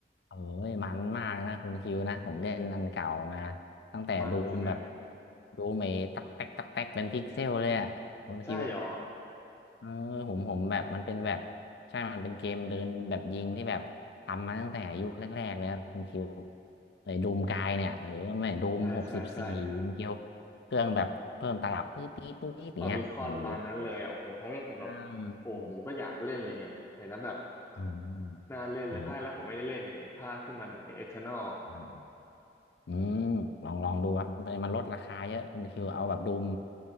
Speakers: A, on the left; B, on the left.
A: เอ้ยมันมากนะคุณคิวนะผมเล่นอันเก่ามาตั้งแต่ดูมแบบ
B: มันใช่ไหม
A: ดูเมตักแตกตักแตกเป็นพิกเซลเลยอ่ะคุณคิว
B: ใช่หรอ
A: เออผมผมแบบมันเป็นแบบใช่มันเป็นเกมเดินแบบยิงที่แบบทำมาตั้งแต่ยุคแรกๆเลยครับคุณคิวเลยดูมกายเนี่ยเออไม่ดูมหกสิบสี่คุณคิว
B: โอ้โหใช่ใช่ใช่
A: เครื่องแบบเพิ่มตลับตื้อตีตุ้ยอย่างเงี้ยโอ้โห
B: ฟามิคอนตอนนั้นเลยอ่ะโอ้โหทำให้ผมแบบโอ้ผมก็อยากเล่นเลยเนี่ยเห็นแล้วแบบ
A: อ่าอืม
B: น่าเล่นเลยภาคแรกผมไม่ได้เล่นไงไอ้ภาคที่มันไอ้เอเทอร์นอล
A: เออ อืมลองลองดูครับมันมันลดราคาเยอะคุณคิวเอาแบบดูม